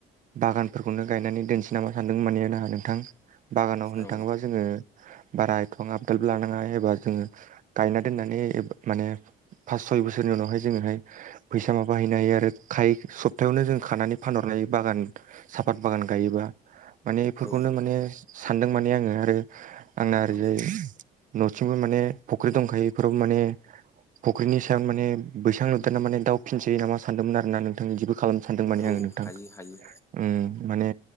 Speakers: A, on the right; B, on the left.
A: बागानफोरखौनो गायनानै दोनसै नामा सानदों मानानो आंहा नोंथां बागानाव होननो
B: औ
A: थाङोब्ला जोङो बारा एथां आबगाब लानाङा एबा जोङो गायना दोननानै माने पास सय बोसोरनि उनावहाय जोङोहाय फैसा माबाहैनो हायो आरो खाय सब्तायावनो जों खानानै फानहरनो हायो बागान साफात बागान गायोबा माने बेफोरखौनो
B: औ
A: माने सानदों माने आङो आरो आंना ओरैजाय
B: औ
A: न'सिंबो माने फुख्रि दंखायो बेफोरावबो माने फुख्रिनि सायाव माने बैसां लुदोंना माने दा फिनसै नामा सानदोंमोन आरोना नोंथां बिदिबो खालामनो सानदों माने
B: औ
A: आङो नोंथां
B: हायो हायो
A: उ माने